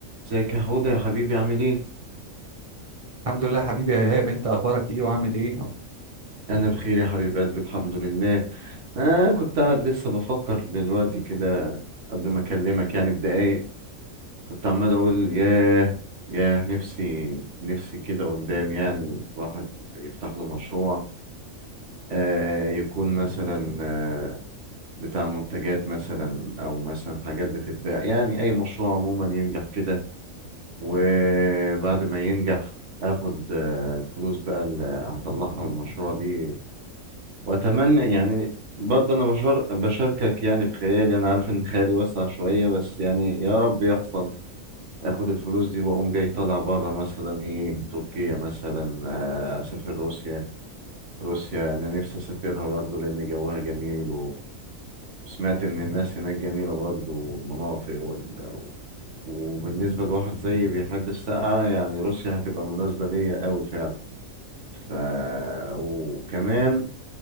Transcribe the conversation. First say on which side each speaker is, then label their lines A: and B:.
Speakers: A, on the right; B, on the right.
A: ازيك يا حوده يا حبيبي عامل ايه
B: الحمد لله حبيبي يا ايهاب انت اخبارك ايه وعامل ايه
A: انا بخير يا حبيب قلبي الحمد لله انا كنت قاعد لسه بفكر دلوقتي كده قبل ما اكلمك يعني بدقايق كنت عمال اقول ياه ياه نفسي نفسي كده قدام يعني واحد يفتح له مشروع آه يكون مثلا آه بتاع منتجات مثلا او مثلا حاجات بتتباع يعني اي مشروع عموما ينجح كده وبعد ما ينجح اخد آه، الفلوس بقى اللي هطلعها من المشروع دي واتمنى يعني برضه انا بشار بشاركك يعني بخيالي انا عارف ان خيالي واسع شويه بس يعني يا رب يحصل اخد الفلوس دي واقوم جاي طالع بره مثلا ايه تركيا مثلا آه، اسافر روسيا روسيا انا نفسي اسافرها برضه لان جوها جميل وسمعت ان الناس هناك جميله برضه والمناطق وال... وبالنسبه لواحد زيي بيحب السقعه يعني روسيا هتبقى مناسبه ليا قوي فعلا ف... وكمان